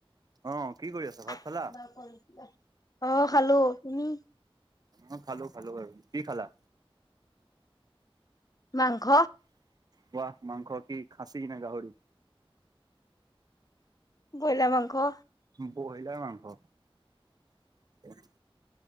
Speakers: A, on the right; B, on the left.
A: অ। কি কৰি আছা
B: <unintelligible>
A: ভাত খালা
B: অ খালো, তুমি?
A: অ খালো, খালো বাৰু। কি খালা?
B: মাংস
A: পোৱা মাংস কি খাচি নে গাহৰি?
B: ব্ৰইলাৰ মাংস।
A: বইলাৰ মাংস।